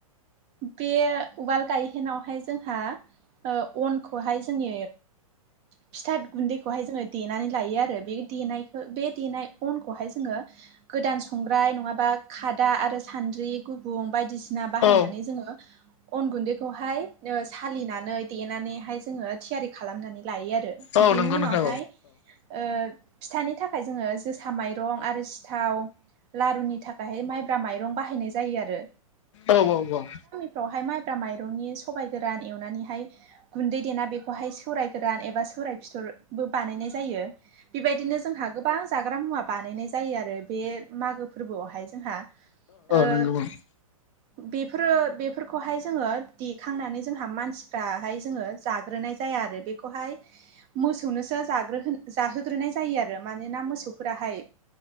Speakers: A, on the right; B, on the left.
A: बे उवाल गाय हेन आवहाय जोंहा ओ अनखौहाय जोंनि फि थोत गुन्दैखौहाय जोङो देनानै लायो आरो बे देनायखो बे देनाय अनखौहाय जोङो गोदान संग्राय नङाबा खादा आरो सान्द्रि गुबुं बायदिसिना बाहायनानै
B: औ
A: जोङो अन गुन्दैखौहाय ओ सालिनानै देनानैहाय जोङो थियारि खालामनानै लायो आरो
B: औ
A: बिनि
B: नंगौ
A: उनावहाय
B: नोंथां औ
A: ओ फिथानि थाखाय जोङो जोसा माइरं आरो सिथाव लारुनि थाखायहाय माइब्रा माइरं बाहायनाय जायो आरो
B: औ औ औ
A: फ्रावहाय माइब्रा माइरंनि सबाइ गोरान एवनानैहाय गुन्दै देना बेखौहाय सो सौराय गोरान एबा सौराय फिथरबो बानायनाय जायो बेबायदिनो जोंहा गोबां जाग्रा मुवा बानायनाय जायो आरो बे मागो फोरबोआवहाय जोंहा ओ
B: नंगौ औ
A: बेफोरो बेफोरखौहाय जोङो देखांनानै जोंहा मानसिफ्राहाय जोङो जाग्रोनाय जाया आरो बे खौहाय मोसौनोसो जाग्रो होनो जाहो ग्रोनाय जायो आरो मानोना मोसौफोराहाय